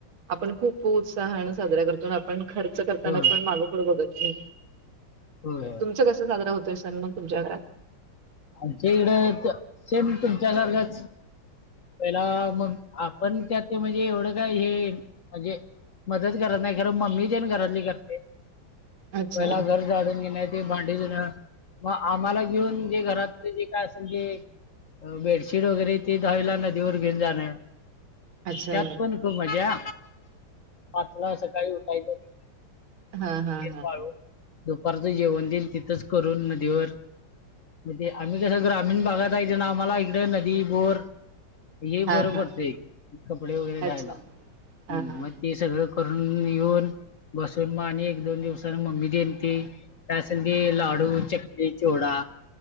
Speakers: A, on the right; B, on the left.
A: आपण खूप उत्साहानं साजरा करतो, आन आपण खर्च करताना
B: होय
A: पण मागं पुढं बघत नाही.
B: होय होय.
A: तुमचं कसं साजरा होतोय सण मग तुमच्या घरात?
B: आमच्या इकडं त सेम तुमच्यासारखाच. पहिला मग आपण त्यात म्हणजे एवढं काय हे म्हणजे मदत करत नाही खरं, मम्मी तेन घरातली करते.
A: अच्छा
B: पहिला घर झाडून घेणे ते भांडी धुनं, मग आम्हाला घेऊन जे घरात जे काय असल ते, बेडशीट वगैरे ते धुवायला नदीवर घेऊन जाणार.
A: अच्छा
B: त्यात पण खूप मजा, पाचला सकाळी उठायचं. <unintelligible>
A: हा हा
B: ते
A: हा
B: वाळू दुपारचं जेवण तेन तिथंच करून नदीवर, म्हणजे आम्ही कसं ग्रामीण भागात आहेत ना आम्हाला इकडे नदी, बोर हे
A: हा
B: बरं
A: हा
B: पडतंय कपडे वगैरे धुवायला,
A: अच्छा हा
B: हम्म
A: हा
B: म ते सगळं करून येऊन, बसून मग आणि एक दोन दिवसानं मम्मी देन ते काय असल ते लाडू, चकली, चिवडा.